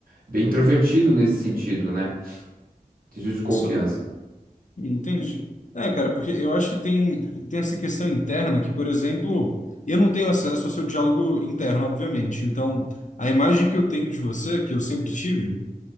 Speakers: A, on the right; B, on the left.
A: bem introvertido nesse sentido, né? Sentido de confiança.
B: Só. Entendi. É, cara, porque eu acho que tem, tem essa questão interna que, por exemplo, eu não tenho acesso ao seu diálogo interno, obviamente. Então, a imagem que eu tenho de você, que eu sempre tive,